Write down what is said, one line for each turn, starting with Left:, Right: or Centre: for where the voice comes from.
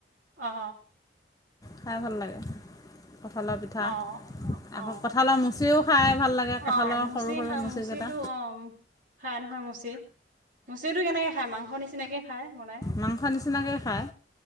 Right: অ অ।
Left: খাই ভাল লাগে কঠালৰ পিঠা
Right: অ অ অ
Left: আকৌ কঠালৰ মুচিও খাই ভাল লাগে।
Right: অ
Left: কঁঠালৰ
Right: মুচি
Left: সৰু সৰু
Right: হা
Left: মুচিকেইটা
Right: মুচিটো অ। খাই নহয় মুচি মুচিটো কেনেকে খায় মাংসৰ নিচিনাকে। খাই বনাই
Left: মাংসৰ নিচিনাকে খায়।